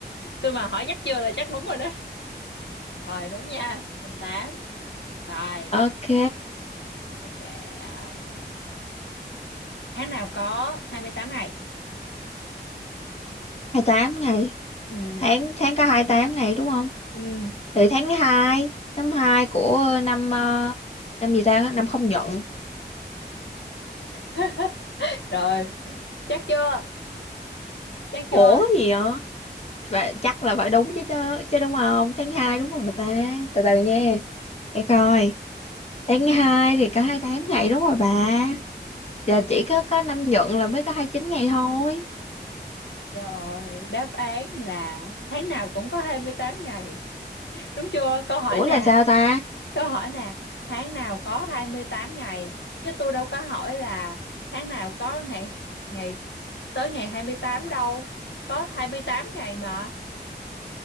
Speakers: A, on the left; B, on the left.
A: tôi mà hỏi chắc chưa là chắc đúng rồi đó rồi đúng nha hình tám rồi
B: Ok,
A: ok um, tháng nào có 28 ngày
B: hai tám ngày.
A: ừ
B: Tháng tháng có hai tám ngày đúng không?
A: ừ
B: Thì tháng hai tháng 2 của năm ờ, năm gì ta? Năm không nhận.
A: <laughs> rồi chắc chưa chắc chưa
B: Ủa gì vậy? Và chắc là phải đúng chứ chứ, chứ đúng không? Tháng 2 đúng rồi mà ta. Từ từ nha. Để coi. Tháng 2 thì có hai tám ngày đúng rồi bà. giờ chỉ có có năm nhuận là mới có hai chín ngày thôi.
A: rồi đáp án là tháng nào cũng có 28 ngày đúng chưa câu hỏi
B: Ủa
A: nè
B: là sao ta?
A: Câu hỏi nè, tháng nào có 28 ngày, chứ tôi đâu có hỏi là tháng nào có ngày ngày tới ngày 28 đâu. Có 28 ngày mà,